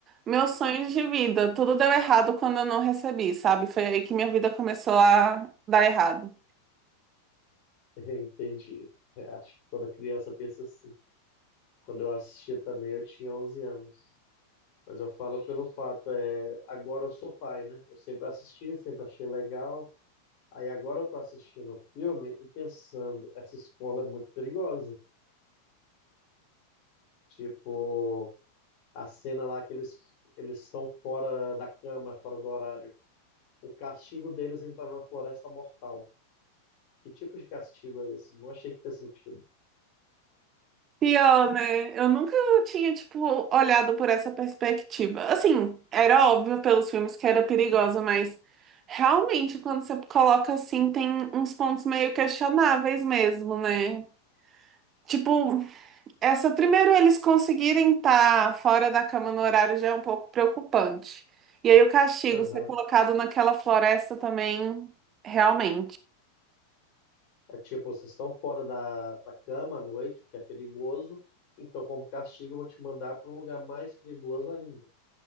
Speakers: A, on the right; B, on the left.
A: meus sonhos de vida. Tudo deu errado quando eu não recebi, sabe? Foi aí que minha vida começou a dar errado.
B: <laughs> Entendi. É, acho que toda criança pensa assim. Quando eu assistia também, eu tinha 11 anos. Mas eu falo pelo fato, é, agora eu sou pai, né? Eu sempre assisti, sempre achei legal. Aí agora eu tô assistindo o filme e pensando, essa escola é muito perigosa. Tipo, a cena lá que eles eles estão fora da cama, fora do horário. O castigo deles é entrar na floresta mortal. Que tipo de castigo é esse? Não achei que fez sentido.
A: Pior, né? Eu nunca tinha, tipo, olhado por essa perspectiva. Assim, era óbvio pelos filmes que era perigosa, mas realmente, quando você coloca assim, tem uns pontos meio questionáveis mesmo, né? Tipo, essa primeiro eles conseguirem estar fora da cama no horário já é um pouco preocupante. E aí o castigo
B: Aham.
A: ser colocado naquela floresta também, realmente.
B: É tipo, vocês estão fora da, da cama à noite, o que é perigoso. Então, como castigo, eu vou te mandar para um lugar mais perigoso ainda.